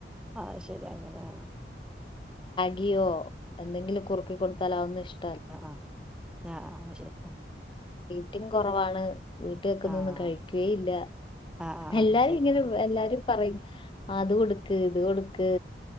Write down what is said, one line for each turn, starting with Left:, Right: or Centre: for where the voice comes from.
Centre: ആഹ ശരി അങ്ങനാ
Left: രിയോ എന്തെിലും കുറുക്കി കൊടുത്താൽ അതൊന്നും ഇഷ്
Centre: ആഹ ആഹ ആഹ ആഹ് ആ ശരി
Left: റ്റും കൊറവാണ് വീട്ട് വെക്കുന്നന്നും
Centre: ആഹ്
Left: കഴിക്കേം ഇല്ല
Centre: ആഹ് ആഹ്
Left: എല്ലാരും
Centre: ശരി
Left: ഇങ്ങനെ
Centre: ആഹ്
Left: വെ എല്ലാരും പറയും അത് കൊടുക്ക് ഇത് കൊടുക്ക്